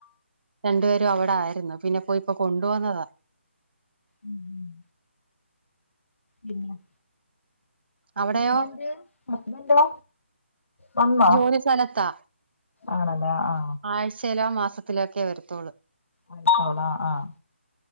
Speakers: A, on the right; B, on the left.
A: രണ്ടു പേരും അവിടെ ആായിരുന്നു പിന്നെപ്പോയിപ്പൊ കൊണ്ട് വന്നതാ.
B: ഉംമം പിന്നെ-
A: അവിടെയോ
B: ഹസ്ബൻഡ് ഹസ്ബൻഡോ.. വന്നോ
A: ജോലി സ്ഥലത്താ
B: ആണല്ലേ ആ ആ.
A: ആഴ്ചയിലോ മാസ.. ത്തിലൊക്കേ വരത്തോുള്ളൂ.
B: ആയിത്തോള ആഹ